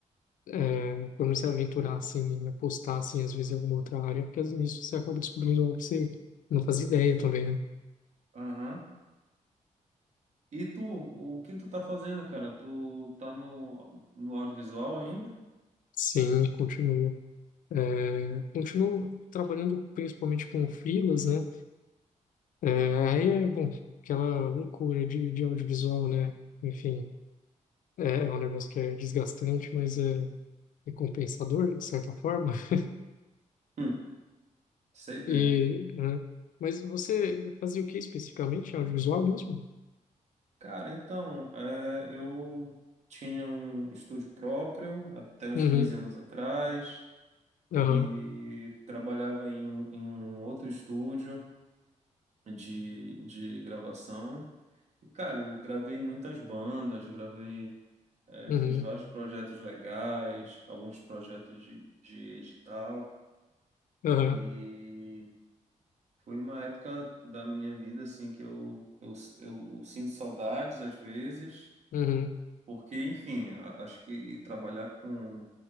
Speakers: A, on the left; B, on the right.
A: é, por não se aventurar, assim, em apostar, assim, às vezes em alguma outra área, porque nisso você acaba descobrindo algo que você não fazia ideia também, né?
B: Aham. E tu, o que tu tá fazendo, cara? Tu tá no, no audiovisual ainda?
A: Sim, continua. É, continuo trabalhando principalmente com freelas, né? É, aí é, bom, aquela loucura de, de audiovisual, né? Enfim, é, é um negócio que é desgastante, mas é recompensador, de certa forma. <laughs>
B: Hum, sei bem.
A: E, né? Mas você fazia o que especificamente? Audiovisual mesmo?
B: Cara, então, é, eu tinha um estúdio próprio até uns
A: Uhum,
B: 15 anos atrás
A: aham,
B: e trabalhava em um, em um outro estúdio de, de gravação. E, cara, eu gravei muitas bandas, gravei, é,
A: uhum,
B: fiz vários projetos legais, alguns projetos de, de edital.
A: aham,
B: E Foi uma época da minha vida assim que eu, eu, eu sinto saudades às vezes,
A: uhum.
B: porque, enfim, a- acho que trabalhar com,